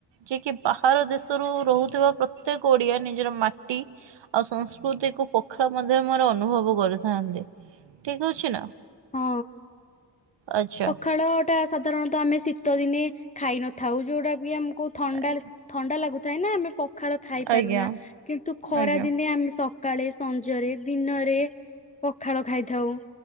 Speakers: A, on the right (about 75°); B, on the left (about 15°).
A: ଯିଏ କି ବାହାର ଦେଶରୁ ରହୁଥୁବା ପ୍ର ତେକ ଓଡିଆ ନିଜର ମାଟି ଆଉ ସଂସ୍କୃତିକୁ ପଖାଳ ମାଧ୍ୟମେରେ ଅନୁଭବ କରିଥାନ୍ତି। ଠିକ ଅଛି ନା।
B: ହଁ।
A: ଆଚ୍ଛା
B: ପଖାଳଟା ସାଧାରଣତଃ ଆମେ ଶୀତଦିନେ ଖାଇ ନଥାଉ ଯୋଉଟା କି ଆମୁକୁ ଥଣ୍ଡା
A: ଆଜ୍ଞା
B: ଳିସ୍ ଥଣ୍ଡା ଲାଗୁଥାଏ ନା ଆମେ ପ ଖାଳ ଖାଇପାରୁନା
A: ଆଜ୍ଞା
B: କିନ୍ତୁ ଖରାଦିନେ
A: ଆଜ୍ଞା
B: ଆମେ ସ କାଳେ ସଞ୍ଜରେ ଦିନରେ ପଖାଳ ଖାଇଥାଉ।